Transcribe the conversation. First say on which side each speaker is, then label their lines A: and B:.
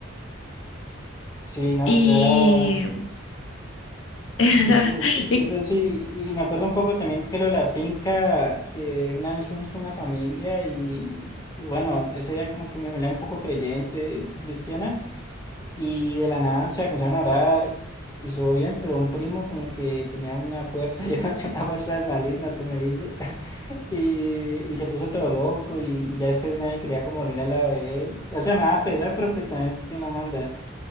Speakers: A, on the left; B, on the left.
A: Sí, no,
B: Y,
A: o sea,
B: <laughs>
A: eso, eso,
B: y-
A: eso sí. Y me acuerdo un poco también que lo de la finca, que una vez fuimos con la familia y, y bueno, ese día como que mi familia es un poco creyente, es cristiana, y de la nada, o sea, comenzaron a orar. Estuvo bien, pero un primo como que tenía una fuerza, <laughs> yo no tenía una fuerza maligna, como dice. Y, y se puso todo loco y, y ya después nadie quería como dormir a la de él. O sea, me daba pesar, pero pues también quién lo manda.